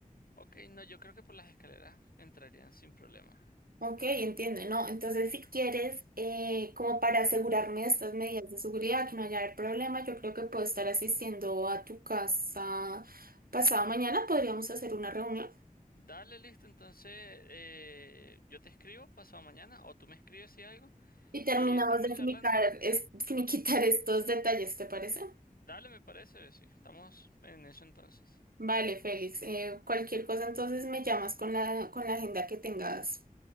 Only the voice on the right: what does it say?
Ok, entiendo, ¿no? Entonces, si quieres, eh, como para asegurarme de estas medidas de seguridad, que no haya haber problema, yo creo que puedo estar asistiendo a tu casa pasado mañana. Podríamos hacer una reunión.
Y terminamos
de
finicar- es- finiquitar <laughs> estos detalles, ¿te parece?
Vale, Félix. eh, cualquier cosa entonces me llamas con la, con la agenda que tengas